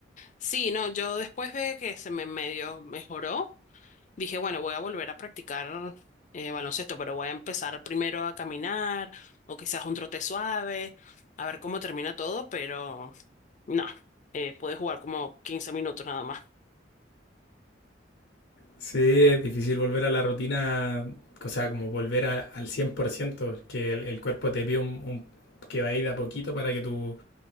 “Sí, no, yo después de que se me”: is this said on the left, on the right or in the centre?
Left